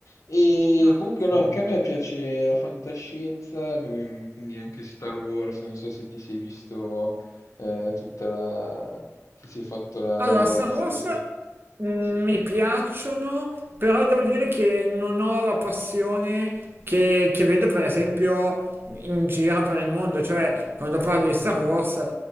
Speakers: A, on the left; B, on the right.
A: E
B: No,
A: comunque
B: sì.
A: no, anche a me piace la fantascienza, mm, quindi anche Star Wars, non so se ti sei visto eh, tutta la... se sei fatto la,
B: Allora,
A: la maratona,
B: Star Wars
A: sì.
B: mm, mi piacciono, però devo dire che non ho la passione che, che vedo per esempio in giro per il mondo, cioè quando parli di Star Wars